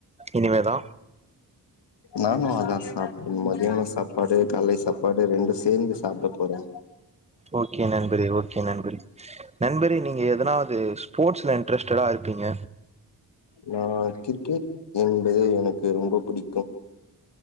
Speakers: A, on the right; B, on the left.
A: இனிமே தா
B: நானு அத மதியான சாப்பாடு காலைல சாப்பாடு ரெண்டு சேந்து சாப்ட போறே
A: ஓகே நண்பரே ஓகே நண்பரே நண்பரே நீங்க எதனாவுது ஸ்போர்ட்ஸ்ல இன்ட்ரஸ்டடா இரு பிங்க
B: நா கிரிக்கெட் என்பது எனக்கு ரொம்ப புடி